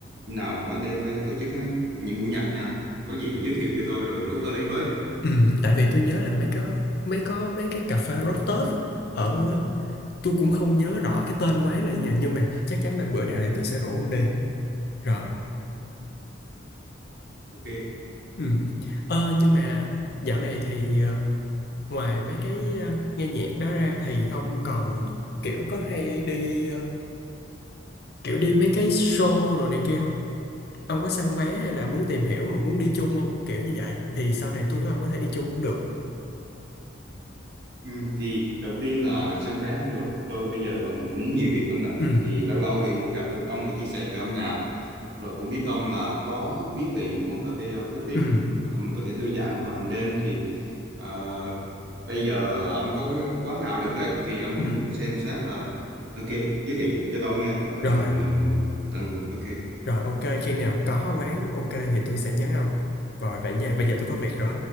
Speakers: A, on the right; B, on the left.
A: nào mà ban đêm hay cái tổ chức á, những buổi nhạc nha có gì giới thiệu cho tôi rồi rủ tôi đi với
B: ừ tại vì tôi nhớ là mấy có mấy có mấy cái cà phê rooftop á, ở tôi cũng không nhớ rõ cái tên quán là gì nhờ, nhưng mà chắc chắn là bữa nào thì tôi sẽ rủ ông đi rồi
A: ok
B: ừ ờ nhưng mà dạo này thì Ngoài mấy cái ờ, nghe nhạc đó ra thì ông còn kiểu có hay đi ờ, kiểu đi mấy cái show đồ này kia không? Ông có săn vé hay là muốn tìm hiểu mà muốn đi chung không? Kiểu như vậy thì sau này tôi với ông có thể đi chung cũng được.
A: Ừ, thì đầu tiên là sân trái hang được tôi bây giờ bận cũng nhiều việc không nè
B: Ừ,
A: thì lâu lâu thì gặp được ông để chia sẻ về âm nhạc rồi cũng biết ông là có biết về những quán cà phê acoustic
B: ừ,
A: ờ, mình có thể thư giãn vào hàng đêm thì ờ, bây giờ ông có cái quán nào được ấy thì ông
B: ừ.
A: cũng xem xét là ok giới thiệu cho tôi nghe rồi
B: Rồi,
A: mình cùng tận hưởng ok
B: rồi ok khi nào có quán ok thì tôi sẽ nhắn ông. Rồi vậy nha, bây giờ tôi có việc rồi.